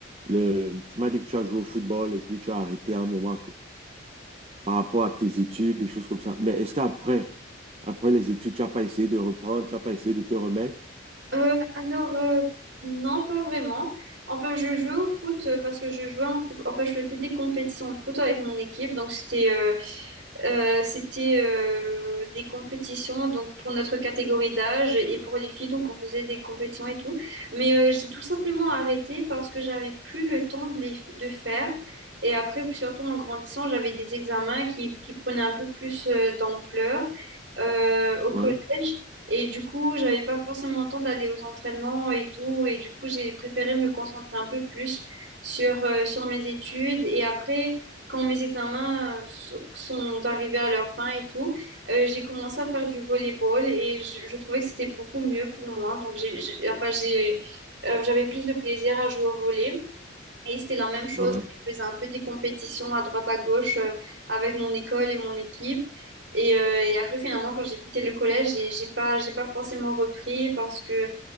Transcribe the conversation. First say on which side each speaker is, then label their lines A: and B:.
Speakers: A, on the right; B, on the right.
A: le... Tu m'as dit que tu as joué au football et puis tu as arrêté à un moment quoi, par rapport à tes études, des choses comme ça. Mais est-ce qu'après, après les études, tu n'as pas essayé de reprendre, tu n'as pas essayé de te remettre?
B: Euh, alors, euh, non, pas vraiment. Enfin, je jouais au foot euh, parce que je jouais en... comp- Enfin, je faisais des compétitions de foot avec mon équipe. Donc, c'était euh, euh, c'était euh, des compétitions donc pour notre catégorie d'âge et pour les filles. Donc, on faisait des compétitions et tout. Mais euh, j'ai tout simplement arrêté parce que j'avais plus le temps de les de faire. Et après, puis surtout en grandissant, j'avais des examens qui, qui prenaient un peu plus euh, d'ampleur euh, au
A: Ouais,
B: collège. Et du coup, j'avais pas forcément le temps d'aller aux entraînements et tout. Et du coup, j'ai préféré me concentrer un peu plus sur, euh, sur mes études. Et après, quand mes examens euh, so- sont arrivés à leur fin et tout, euh, j'ai commencé à faire du volleyball et je, je trouvais que c'était beaucoup mieux pour moi. Donc, j'ai, j'ai- enfin, j'ai, euh, j'avais plus de plaisir à jouer au volley. Et c'était la même chose.
A: ouais,
B: Je faisais un peu des compétitions à droite à gauche euh, avec mon école et mon équipe. Et, euh, et après, finalement, quand j'ai quitté le collège, j'ai j'ai pas, j'ai pas forcément repris parce que,